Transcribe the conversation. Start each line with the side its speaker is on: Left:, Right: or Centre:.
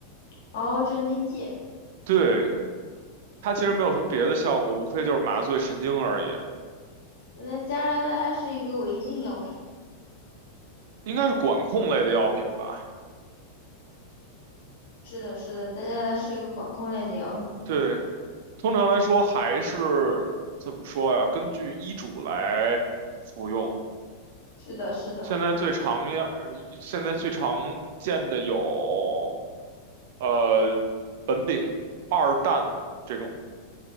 Left: 哦，镇定剂。
Right: 对，它其实没有什么别的效果，无非就是麻醉神经而已，
Left: 呃，加拿大它是一个违禁药品。
Right: 应该是管控类的药品吧？
Left: 是的，是的，在加拿大是一个管控类的药品。
Right: 对，通常来说还是怎么说呀？根据医嘱来服用。
Left: 是的，是的。
Right: 现在最常见，现在最常见的有，呃，苯丙二氮这种，